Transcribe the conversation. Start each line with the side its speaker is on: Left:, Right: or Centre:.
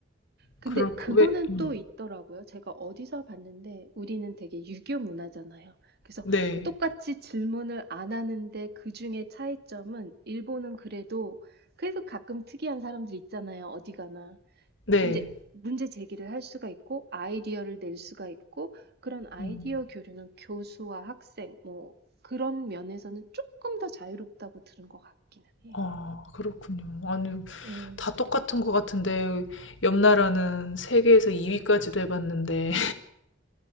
Right: 근데
Left: 그럴
Right: 그거는
Left: 왜 음.
Right: 또 있더라고요. 제가 어디서 봤는데 우리는 되게 유교 문화잖아요. 그래서
Left: 네.
Right: 똑같이 질문을 안 하는데 그중에 차이점은 일본은 그래도 그래서 가끔 특이한 사람들 있잖아요. 어디 가나.
Left: 네.
Right: 이제 문제 제기를 할 수가 있고 아이디어를 낼 수가 있고 그런 아이디어
Left: 음.
Right: 교류는 교수와 학생 뭐 그런 면에서는 조금 더 자유롭다고 들은 것 같기는 해요.
Left: 아, 그렇군요. 아니
Right: 네.
Left: 다 똑같은 것 같은데 옆 나라는 세계에서 2위까지도 해 봤는데